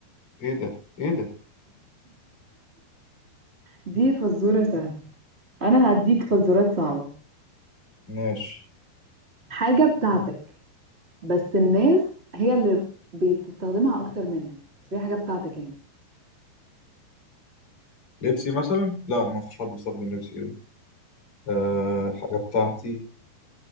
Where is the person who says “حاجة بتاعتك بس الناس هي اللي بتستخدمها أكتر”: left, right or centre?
Right